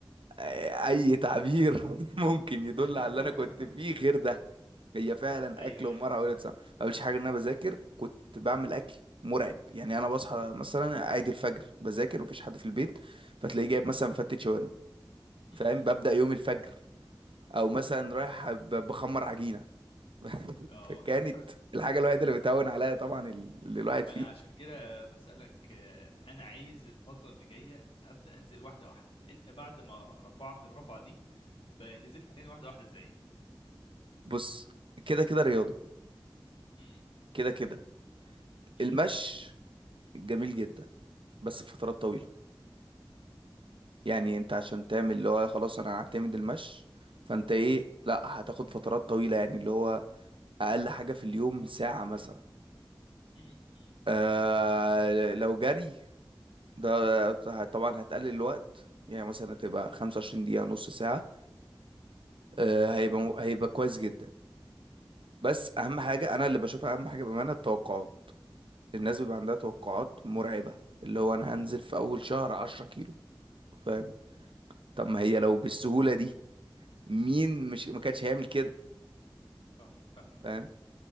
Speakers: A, on the right; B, on the left.
A: آه، اي تعبير <laughs> ممكن يدل
B: <laughs>
A: على اللي انا كنت فيه غير ده هي فعلا
B: ايوه
A: اكل ومرعى
B: ايوه
A: وقلة سمع ما قلتش حاجه ان انا بذاكر كنت بعمل اكل مرعب يعني انا بصحى مثلا عيد الفجر بذاكر مفيش حد في البيت فتلاقيه جايب مثلا فتة شاورما
B: مم.
A: فاهم ببدأ يوم الفجر او مثلا رايح ب- بخمر عجينة <laughs>
B: اه
A: فكانت
B: <laughs>
A: الحاجة الوحيدة اللي بتهون عليا طبعا اللي الواحد
B: ما
A: فيه
B: انا عشان كده بسألك آه، انا عايز الفترة اللي جاية ابدأ انزل واحدة واحدة انت بعد ما رفعت الرفعة دي ب- نزلت تاني واحدة واحدة ازاي
A: بص كده كده رياضة
B: امم
A: كده كده
B: امم
A: المشي جميل جدا بس فترات طويلة يعني انت عشان تعمل اللي هو خلاص انا هعتمد المشي فانت ايه لا هتاخد فترات طويلة يعني اللي هو اقل حاجة في اليوم ساعة مثلا
B: امم
A: آه لو جري ده طبعا هتقلل الوقت يعني مثلا هتبقى 25 دقيقة نص ساعة آه هيبقى هيبقى كويس جدا بس اهم حاجه انا اللي بشوفها اهم حاجه بامانه التوقعات الناس بيبقى عندها توقعات مرعبه اللي هو انا هنزل في اول شهر 10 كيلو فاهم طب ما هي لو بالسهوله دي مين
B: امم
A: مش ما كانش هيعمل كده
B: فاهمك فاهمك
A: فاهم